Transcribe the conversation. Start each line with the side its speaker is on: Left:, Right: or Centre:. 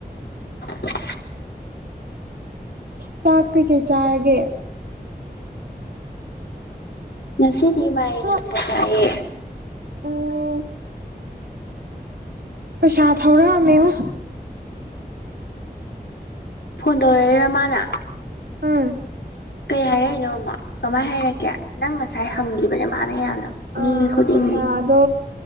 Left: <unintelligible>
Right: ꯆꯥꯛ ꯀꯩꯀꯩ ꯆꯥꯔꯒꯦ
Left: ꯉꯁꯤꯗꯤ ꯃꯥꯥꯏꯔꯦꯟ
Right: ꯆꯥꯛ
Left: ꯊꯣꯡꯕ ꯆꯥꯑꯦ
Right: ꯎꯝ ꯄꯩꯁꯥ ꯊꯧꯔꯛꯑꯃꯦ ꯉꯣ
Left: ꯐꯣꯟ ꯇꯧꯔꯛꯏꯊꯔ ꯃꯥꯅ
Right: ꯑꯨꯝ
Left: ꯀꯩ ꯍꯥꯏꯔꯛꯏꯅꯣꯃ ꯀꯃꯥꯏꯅ ꯍꯥꯏꯔꯛꯀꯦ ꯅꯪ ꯉꯁꯥꯏ ꯍꯪꯈꯤꯕꯅꯦ ꯃꯥꯅ ꯌꯥꯝꯅ
Right: ꯑꯥ
Left: ꯃꯤ ꯈꯨꯗꯤꯡꯒꯤ
Right: ꯄꯩꯁꯥꯗꯣ